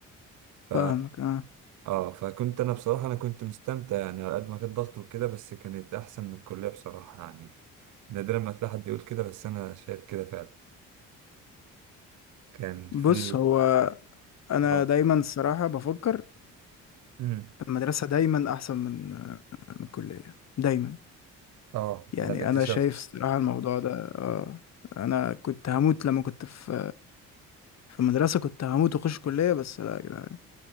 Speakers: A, on the right (about 60°); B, on the left (about 50°).
A: ف
B: فاهمك اه
A: اه فكنت انا بصراحة انا كنت مستمتع يعني على قد ما كان ضغط وكده بس كانت احسن من الكلية بصراحة يعني نادرا ما تلاقي حد يقول كده بس انا شايف كده فعلا كان في
B: بص هو انا
A: اه
B: دايما الصراحة بفكر
A: امم
B: المدرسة دايما احسن من من الكلية دايما
A: اه
B: يعني
A: ده اللي اكتشفته
B: انا شايف الصراحة الموضوع ده اه انا كنت هموت لما كنت في في المدرسة كنت هموت واخش كلية بس لا يا جدعان